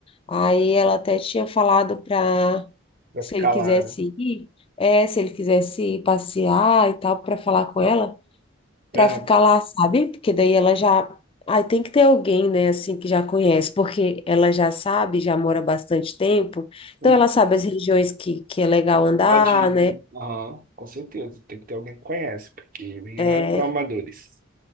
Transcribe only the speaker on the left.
Aí ela até tinha falado para,
se
ele quisesse
ir, é, se ele quisesse ir passear e tal, para falar com ela.
para ficar lá, sabe? Porque daí ela já. ai tem que ter alguém, né, assim, que já conhece, porque ela já sabe, já mora bastante tempo,
então ela sabe as regiões que, que é legal andar,
né?
É,